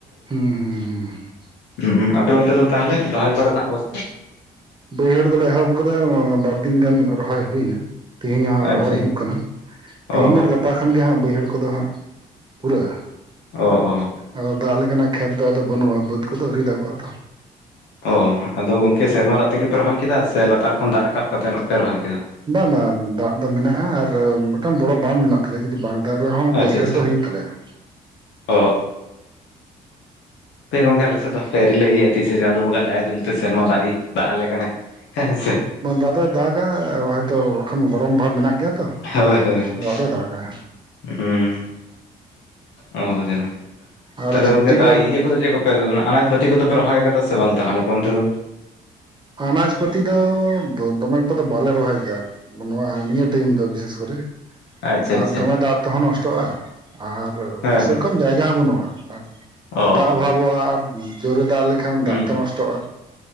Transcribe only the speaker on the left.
ᱦ ᱟᱯᱮ ᱚᱱᱛᱮ ᱫᱚ ᱛᱟᱦᱚᱞᱮ ᱨᱚᱦᱚᱭ ᱠᱚᱨᱮᱱᱟᱜ ᱚᱵᱚᱥᱛᱷᱟ?
ᱟᱪᱪᱷᱟ
ᱚ ᱚ
ᱚ ᱚ
ᱚ ᱟᱫᱚ ᱜᱚᱝᱠᱮ ᱥᱮᱨᱢᱟ ᱫᱟᱜ ᱛᱮᱜᱮᱯᱮ ᱨᱚᱦᱚᱭ ᱠᱮᱫᱟ ᱥᱮ ᱞᱟᱛᱟᱨ ᱠᱷᱚᱱ ᱫᱟᱜ ᱨᱟᱠᱟᱵ ᱠᱟᱛᱮ ᱯᱮ ᱨᱚᱦᱚᱭ ᱠᱮᱫᱟ᱾
ᱟᱪᱪᱷᱟ
ᱟᱪᱪᱷᱟ
ᱚ ᱦᱟᱯᱮ ᱜᱚᱢᱠᱮ ᱟᱞᱮ ᱫᱚ ᱦᱟᱯᱮ ᱟᱣᱨᱤ ᱞᱮᱹᱤᱭᱟᱹᱭᱟ ᱛᱤᱥ ᱥᱮ ᱪᱟᱸᱫᱚ ᱵᱚᱸᱜᱟ ᱫᱟᱭᱟ ᱫᱩᱞᱟᱹᱲᱼᱼ ᱥᱮᱨᱢᱟ ᱡᱟᱲᱤ ᱫᱟᱜ ᱟᱞᱮ ᱠᱟᱱᱟᱭ ᱦᱮᱸ ᱥᱮ᱾
ᱦᱳᱭ ᱦᱳᱭ
ᱦᱩᱸ ᱚ ᱡᱮᱱᱚ
ᱛᱟᱦᱞᱮ
ᱜᱚᱢᱠᱮ ᱛ
ᱤᱭᱟᱹᱼᱼ ᱟ ᱫᱚ ᱪᱮᱫ ᱠᱚᱯᱮ ᱚᱱᱟ ᱟᱱᱟᱡ ᱯᱟᱹᱛᱤ ᱠᱚᱫᱚ ᱯᱮ ᱨᱚᱦᱚᱭ ᱟᱠᱟᱫᱟ ᱥᱮ ᱵᱟᱝ ᱛᱟᱦᱞᱮᱸᱞᱟᱠᱚ ᱚᱱᱛᱮ ᱫᱚ?
ᱟᱪᱪᱷᱟ
ᱟᱪᱪᱷᱟ
ᱦᱮᱸ
ᱦᱮᱸ
ᱚ
ᱚ
ᱦᱩᱸ
ᱦᱩᱸ